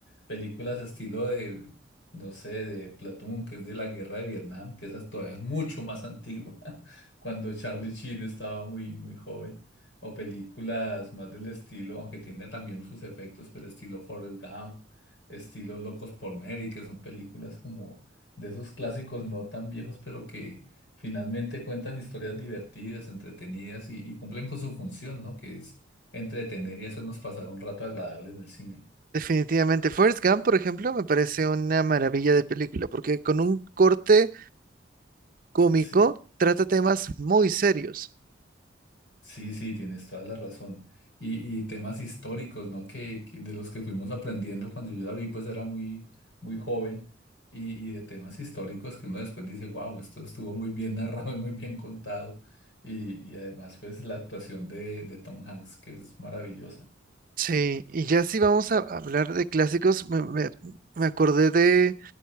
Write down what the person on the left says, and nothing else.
Películas estilo de, no sé, de Platoon, que es de la guerra de Vietnam, que esa todavía es mucho más antigua, <laughs> cuando Charlie Sheen estaba muy, muy joven o películas más del estilo, aunque tiene también sus efectos, pero estilo Forrest Gump, estilo Locos por Mary, que son películas como de esos clásicos no tan viejos, pero que finalmente cuentan historias divertidas, entretenidas y, y cumplen con su función, ¿no? Que es entretener y hacernos pasar un rato agradable en el cine.
Sí.
Sí, sí, tienes toda la razón. Y, y temas históricos, ¿no? Que, que de los que fuimos aprendiendo cuando yo la vi, pues era muy, muy joven. Y, y de temas históricos que uno después dice, wow, esto estuvo muy bien narrado y muy bien contado. Y, y además, pues la actuación de, de Tom Hanks, que es maravillosa.